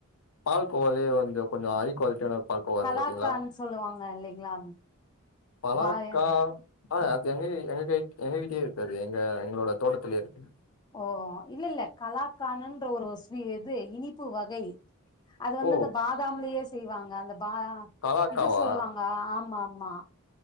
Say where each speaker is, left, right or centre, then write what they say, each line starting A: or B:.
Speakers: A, on the left; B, on the left.
A: பால் கோவாலியே வந்து கொஞ்சோ ஹைய் குவால்ட்டியான பால்கோவாருக்கும்
B: கலாக்கான்
A: பாத்திங்ளா?
B: சொல்லுவாங்க இல்லைங்களா
A: பழாக்கா
B: பாய
A: அ அது எங்ககி எங்க கைக் எங்க கிட்டியே இருக்கு அது எங்க எங்ளோட தோட்டத்துலியே இருக்குது.
B: ஓ இல்லல்ல கலாக்கானுன்ற ஒருவ ஸ்வீ இது இனிப்பு வகை. அது வந்து
A: ஓ
B: அந்த பாதாம்லியே செய்வாங்க அந்த பாதா
A: கலாக்காவா
B: இது சொல்லுவாங்க ஆ ஆமா ஆமா.